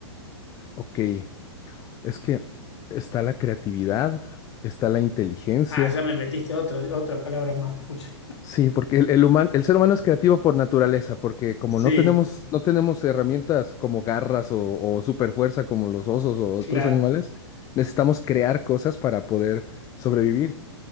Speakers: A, on the left (about 25°); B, on the left (about 75°).
A: Ok. Es que está la creatividad, está la inteligencia.
B: Ah, ya me metiste otra, otra palabra más, pucha.
A: Sí, porque el, el, human- el ser humano es creativo por naturaleza, porque como
B: Sí,
A: no tenemos, no tenemos herramientas como garras o, o superfuerza como los osos o otros
B: claro.
A: animales, necesitamos crear cosas para poder sobrevivir.